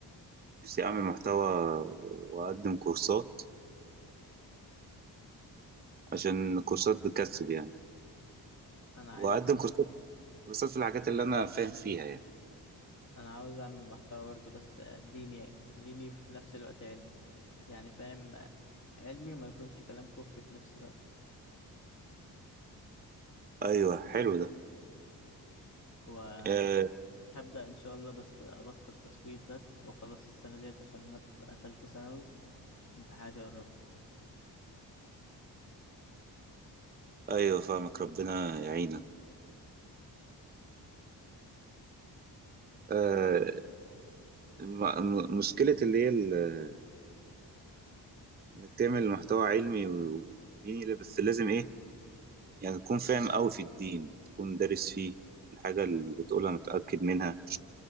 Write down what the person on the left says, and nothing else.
انا عايز
انا عاوز اعمل محتوى برضو بس ديني ديني في نفس الوقت علمي يعني فاهم علمي وما يكونش كلام كفري في نفس الوقت
و
هبدأ إن شاء الله بس أبطل تسويف بس وأخلص السنة ديت عشان أنا في تالتة ثانوي امتحاناتي قربت